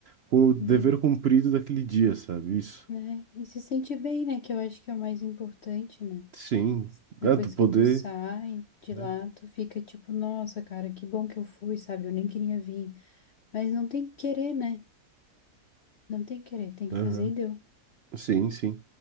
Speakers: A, on the right (about 60°); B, on the left (about 75°).
A: com o dever
B: bem,
A: cumprido daquele dia, sabe? Isso.
B: né? E se sente bem, né? Que eu acho que é o mais importante, né?
A: Sim,
B: Depois
A: é, tu poder,
B: que tu sai de
A: né?
B: lá, tu fica tipo, nossa, cara, que bom que eu fui, sabe? Eu nem queria vir. Mas não tem que querer, né? Não tem que querer, tem que
A: Aham.
B: fazer e deu.
A: Sim, sim.